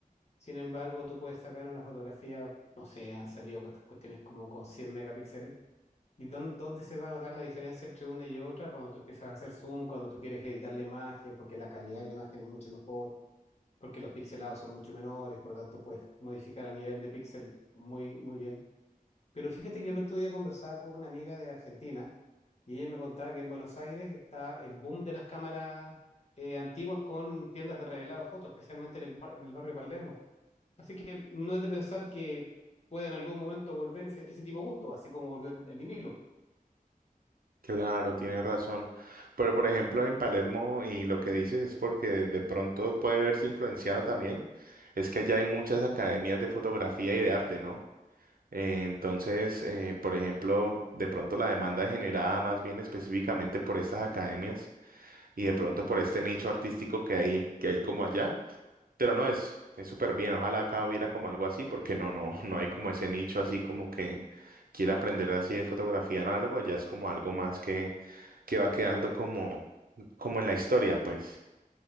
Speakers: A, on the left; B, on the right.
A: Sin embargo, tú puedes sacar una fotografía, no sé, han salido estas cuestiones como con 100 megapíxeles. ¿Y dónde, dónde se va a notar la diferencia entre una y otra? Cuando tú empiezas a hacer zoom, cuando tú quieres editar la imagen, porque la calidad de la imagen es mucho mejor, porque los pixelados son mucho menores, por lo tanto puedes modificar a nivel de píxel muy, muy bien. Pero fíjate que el otro día conversaba con una amiga de Argentina y ella me contaba que en Buenos Aires está el boom de las cámaras eh, antiguas con tiendas de revelado de fotos, especialmente en el, ba- en el barrio Palermo. Así que no es de pensar que pueda en algún momento volver ese, ese tipo de gusto, así como volvió el, el vinilo.
B: Claro, tiene razón. Pero por ejemplo, en Palermo, y lo que dices es porque de pronto puede verse influenciado también, es que allá hay muchas academias de fotografía y de arte, ¿no? Eh, entonces, eh, por ejemplo, de pronto la demanda es generada más bien específicamente por estas academias y de pronto por este nicho artístico que hay, que hay como allá. Pero no es, es súper bien. Ojalá acá hubiera como algo así, porque no, no, <laughs> no hay como ese nicho así como que quiera aprender así de fotografía análoga. Ya es como algo más que, que va quedando como, como en la historia, pues.